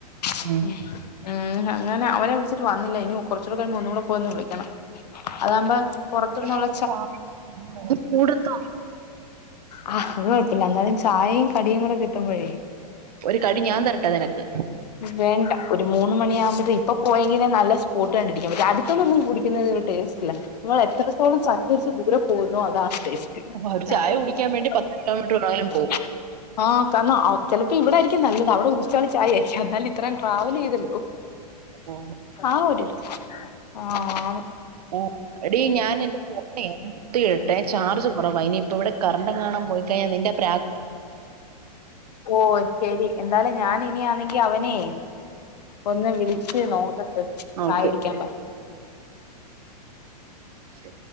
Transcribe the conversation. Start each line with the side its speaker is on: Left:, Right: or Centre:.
Left: <unintelligible>
Right: ഉം
Left: ഉം അങ്ങനെ അവരെ വിളിച്ചിട്ട് വന്നില്ല ഇനി കുറച്ചൂടെ കഴ ഒന്ന കൂടെ പോയിന്ന് വിളിക്കണം അതാകുമ്പോ
Right: അതാകുമ്പ
Left: പുറത്തുന്നുള്ള
Right: പുറത്തന്നള്ള ച <unintelligible> കുടക്ക
Left: ആ അത് കൊഴപ്പില്ല എന്നാലും ചായയും കടിയും കൂടെ കിട്ടുമ്പോഴേ
Right: ഒരു കടി ഞാൻ തരട്ടെ നിനക്ക്
Left: വേണ്ട ഒരു മൂന്ന് മണിയ ആകുമ്പോത്ത ഇപ്പൊ പോയെങ്കിലേ നല്ല സ്പോട്ട് കണ്ടു പിടിക്കാൻ പറ്റൂ മറ്റേ അടുത്തൊന്നും കുടിക്കുന്നത് ല്ല നിൾ എത്രത്തോളം സഞ്ചരിച്ച് ദൂരെ പോകുന്നു അതാണ് ടെസ്റ്റ്‌
Right: ഒരു
Left: ചായ കുടി
Right: കുടിക്കാൻ വേണ്ടി പത്ത് കിലോമീറ്റർ വേണേലും പോകും
Left: <unintelligible> കാരണം ചിലപ്പോ ഇവിടെയിരിക്കും നല്ലത് അവിടെ ഊച്ചാളി ചായയായിരിക്കും എന്നാലും ഇത്രയും ട്രാവൽ ചെയ്തല്ലോ
Right: ഓ
Left: ആ ഒര് അനു
Right: ഓഎടി ഞാൻ എന്റെ ഫോണേ കുത്തി ഇടട്ടെ ചാർജ് കുറവ ഇനി ഇപ്പ ഇവിടെ കറണ്ട് എങ്ങാനും പോയി കഴിഞ്ഞാ നിന്റെ പ്ര
Left: ഓ ശെരി എന്താലും ഞാൻ ഇനിയാണെങ്കി അവനേ ഒന്ന് വിളിച്ചു നോക്കട്ട്
Right: ആ
Left: ചായടിക്കാൻ
Right: ഓക്കെ
Left: പ
Right: ശരി